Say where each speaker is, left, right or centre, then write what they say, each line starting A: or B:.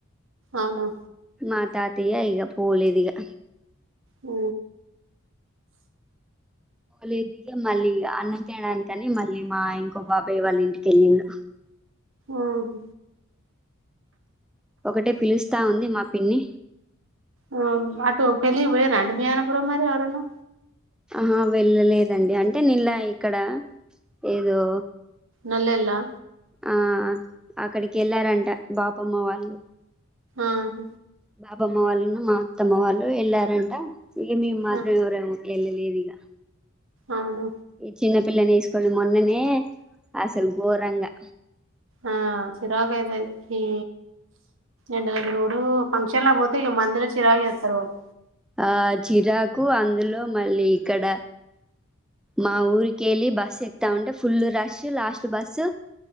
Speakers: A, on the right (about 65°); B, in the centre.
A: అవునా
B: మా తాతయ్య ఇగ పోలేదిగా
A: ఆ
B: లేదిగా మళ్ళీ అనం తడానికని మళ్ళీ మా ఇంకో బాబాయ్ వాళ్ళ ఇంటికెళ్ళిండు
A: ఆహ్
B: ఒకటే పిలుస్తా ఉంది మా పిన్ని
A: ఆ అటు పెళ్ళకి పోయరా అండీ మీ ఆయనా ప్రో మరి ఎవరన్నా
B: ఆహా వెళ్ళలేదండి అంటే నిలా ఇక్కడ ఏదో
A: నల్లెల్ల
B: ఆ అక్కడికి వెళ్ళారంట బాపమ్మ వాళ్ళు
A: ఆహ్
B: బాబమ్మ వాళ్ళును మా అత్తమ్మ వాళ్ళు వెళ్ళారంట ఏమి ఇమ్ మాదిరి
A: ఆ
B: ఇవరే ఎమో వెళ్ళ లేదిగా
A: అవును
B: ఈ చిన్న పిల్లని వేసుకొని మొన్ననే అసలు ఘోరంగా
A: ఆ చిరాకు అయితది ఈ ఎండా తిరుగుడు ఫంక్షన్లా పోతే మందిలో చిరాకు చేస్తారు వాళ్ళు
B: ఆ చిరాకు అందులో మళ్ళీ ఇక్కడ మా ఊరికి వెళ్ళి బస్సు ఎక్తా ఉంటే ఫుల్ రష్ లాస్ట్ బస్సు